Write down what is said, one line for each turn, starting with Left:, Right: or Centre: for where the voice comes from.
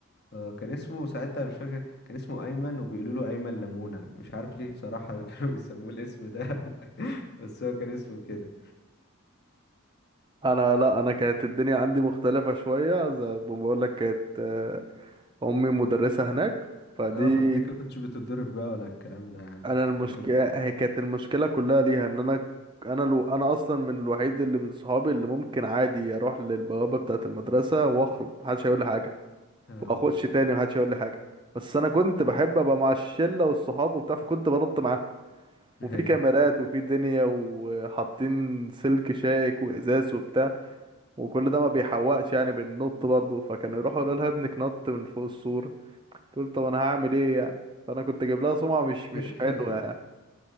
Left: آه، كان اسمه ساعتها مش فاكر كان اسمه أيمن وبيقولوا له أيمن لمونة مش عارف ليه بصراحة <laughs> كانوا بيسموه الاسم ده <laughs> بس هو كان اسمه كده
Right: انا لا انا كانت الدنيا عندي مختلفة شوية زي ما بقول لك كانت آه، امي مدرسة هناك فدي
Left: اه فتلاقيك كنتش بتتضرب بقى ولا الكلام ده يا عم
Right: انا
Left: كنت
Right: المشكله
Left: بتخرج بقى براحتك
Right: هي كانت المشكله كلها ليها ان انا انا لو انا اصلا من الوحيد اللي من صحابي اللي ممكن عادي اروح للبوابه بتاعه المدرسه واخرج محدش هيقول لي حاجه
Left: اه
Right: واخش تاني محدش هيقول لي حاجه بس انا كنت بحب ابقى مع الشله والصحاب وبتاع فكنت بنط معاهم وفي
Left: ايوه
Right: كاميرات وفي دنيا وحاطين سلك شائك وازاز وبتاع وكل ده ما بيحوقش يعني بننط برضه فكانوا يروحوا يقولوا لها ابنك نط من فوق السور تقول طب انا هعمل ايه يعني فانا كنت جايب لها سمعه مش
Left: <laughs>
Right: مش حلوه